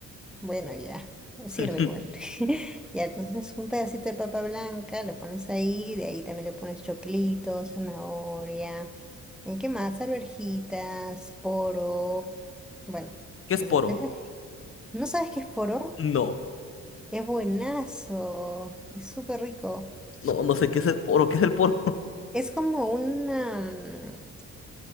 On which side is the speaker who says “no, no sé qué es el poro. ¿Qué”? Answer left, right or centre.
Left